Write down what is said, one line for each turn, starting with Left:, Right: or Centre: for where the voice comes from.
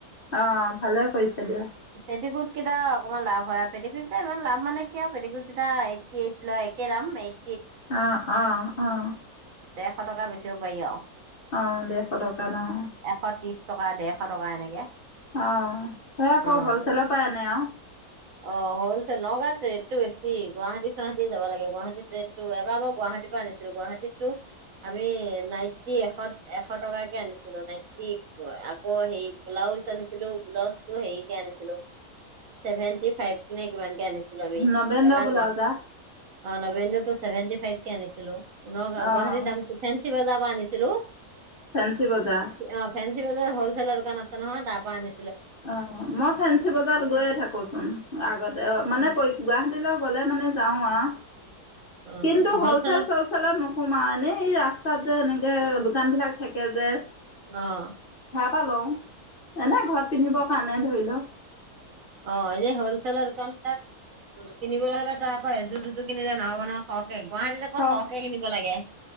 Left: অ', ভালে কৰিছে দিয়া।
Right: পেটিকুত কেইটা অকনমান লাভ হয়। পেটিকোট কেইটা ইমান লাভ মানে কি আৰু, পেটিকোটকেইটা এইটি এইট লৈ একে দাম এইট
Left: আহ', - আহ ',- আহ ',
Right: এশ টকা বেচিব পাৰি আৰু
Left: আহ দেৰশ টকা ন',
Right: এশ ত্ৰিশ টকা ডেৰশ টকা এনেকে।
Left: অ', সে আকৌ
Right: অ',
Left: হলছেলত পা আনে আৰু
Right: অ', হলচেল নগাঁৱ ৰেটটো বেছি, গুৱাহাটী চুৱাহাটি যাব লাগে। গুৱাহাটীত ৰেটটো এবাৰ মই গুৱাহাটীৰ পৰা আনিছিলো গুৱাহাটীতো, আমি নাইটি, এশ -এশ টকাকে আনিছিলো নাইটি আকৌ হে ব্লাউজ আনিছিলো ব্লাউজটো হেৰিকে আনিছিলো চেভেন ফিফটি ফাইভ নে কিমান? এনেকে আনিছিলো আমি
Left: নবেন্দৰ
Right: এবাৰ
Left: ব্লাউজা
Right: গুৱা অ' নবেণ্ড টো চেভেন্টি ফাইভ কে আনিছিলো। নগাঁও
Left: অঁ
Right: গুৱাহাৰী দাম ফেঞ্চি বজাৰ আনিছিলো।
Left: ফেঞ্চি বজাৰ
Right: অ ' ফেঞ্চি। বজাৰ হলছেলৰ দোকান আছে নহয় তাৰ পৰা আনি
Left: অ' মই ফেঞ্চি বজাৰত গৈয়ে থাকোচোন। আগতে অ মানে পৰীক্ষা। গুৱাহাটীলৈ গ'লে মানে যাওঁ আওঁ।
Right: অ
Left: কিন্তু
Right: হলচেলৰ
Left: হ'ল চেল চল চেলত নোসো। সোমাও এনে এই ৰাস্তাত যে এনেকে দোকান বিলাক থাকে যে।
Right: অ '
Left: তাৰ পৰা লওঁ। এনেই ঘৰত। পিন্ধিবৰ কাৰণে ধৰি লওক।
Right: অ' এনেই হল চেলৰ দোকানখনত কিনিবলৈ হ'লে তাৰ পৰা এযোৰ দুযোৰ কিনিলে নহ'ব নহয় সৰহ। গুৱাহাটীত
Left: লওক
Right: আকৌ সৰহ কৰে কিনিব লাগে